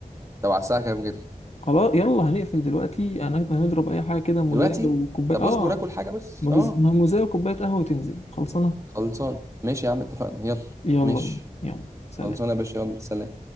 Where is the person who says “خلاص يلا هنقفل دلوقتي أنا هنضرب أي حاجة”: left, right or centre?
Left